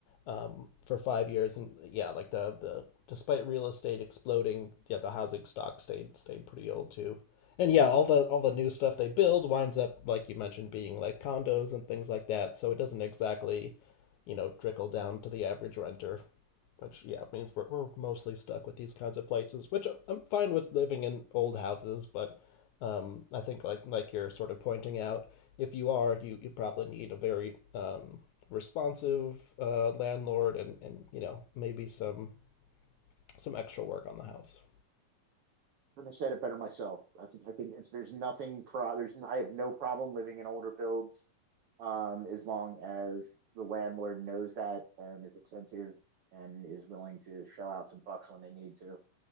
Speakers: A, on the left (about 75°); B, on the right (about 80°).
A: um for five years and yeah, like the the despite real estate exploding, yeah, the housing stock stayed stayed pretty old too. And yeah, all the all the new stuff they build winds up like you mentioned being like condos and things like that, so it doesn't exactly, you know, trickle down to the average renter which yeah means we're, we're mostly stuck with these kinds of places which I- am fine with living in old houses but um, i think like like you're sort of pointing out if you are you, you probably need a very um, responsive uh, landlord and and you know maybe some some extra work on the house
B: couldn't have said it better myself. I think I think it's there's nothing pro there's I have no problem living in older builds, um, as long as the landlord knows that and is attentive and is willing to shell out some bucks when they need to,